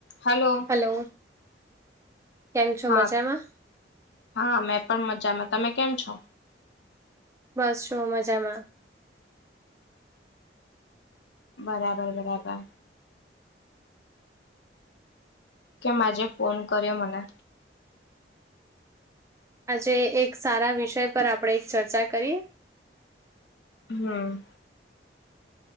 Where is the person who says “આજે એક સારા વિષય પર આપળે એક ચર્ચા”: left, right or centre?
Right